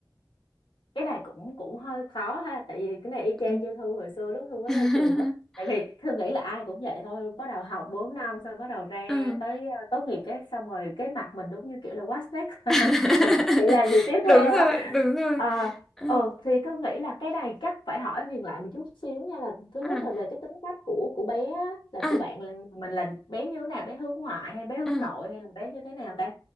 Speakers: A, on the left; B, in the centre.
A: cái này cũng cũng hơi khó ha tại vì cái này y chang
B: ừ.
A: như Thư hồi xưa lúc Thư mới
B: <laughs>
A: ra trường á tại vì Thư nghĩ là ai cũng vậy thôi bắt đầu học 4 năm xong bắt đầu ra
B: Ừ.
A: tới ờ, tốt nghiệp cái xong rồi cái mặt mình đúng như kiểu là what's next
B: <laughs>
A: <laughs> mình chỉ làm gì tiếp
B: đúng
A: theo
B: rồi
A: á
B: đúng rồi
A: à,
B: ừ.
A: ừ thì tôi nghĩ là cái này chắc phải hỏi Huyền lại một chút xíu nha là thứ
B: à
A: nhất là về cái tính cách của của bé á, là
B: à
A: của bạn là mình là bé như thế nào bé hướng ngoại hay bé hướng
B: à.
A: nội hay là bé như thế nào ta